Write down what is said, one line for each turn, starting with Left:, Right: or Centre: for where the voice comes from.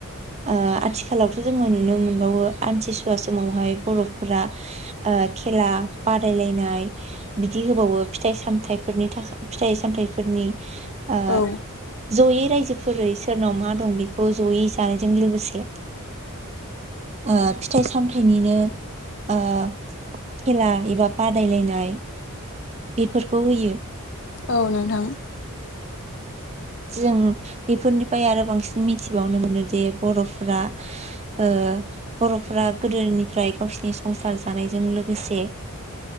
Right: ओ आथिखालावथ' जोङो नुनो मोनबावो आमथिसुवा समावहाय बर'फोरा ओ खेला बादायलायनाय बिदि होबावो फिथाइ सामथफोरनि थाखाय फिथाइ सामथाइफोरनि ओ
Left: औ
Right: जयै रायजो फोरै सोरनाव मा दं बेखौ जयै जानायजों लोगोसे ओ फिथाइ सामथाइनिनो ओ खेला एबा बादायलायनाय बेफोरखौ होयो।
Left: औ नोंथां
Right: जों बेफोरनिफ्राय आरो बांसिन मिथिबावनो मोनो जे बर'फोरा ओ बर'फोरा गोदोनिफ्राय गावसिनि संसार जानायजों लोगोसे